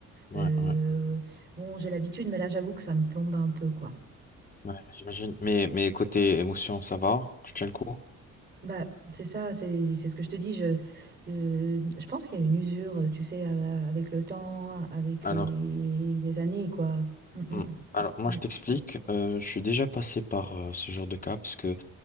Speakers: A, on the left (about 30°); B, on the right (about 35°).
A: Ouais,
B: Euh,
A: ouais,
B: Bon, j'ai l'habitude, mais là, j'avoue que ça me plombe un peu, quoi.
A: ouais, j'imagine. Mais, mais côté émotion, ça va? Tu tiens le coup?
B: Bah, c'est ça, c'est c'est ce que je te dis. Je, euh, je pense qu'il y a une usure, tu sais, à- avec le temps, avec
A: Alors,
B: les, les années, quoi. Mm, mm,
A: mm, alors moi,
B: mm,
A: je
B: ouais.
A: t'explique. euh, je suis déjà passé par euh, ce genre de cas parce que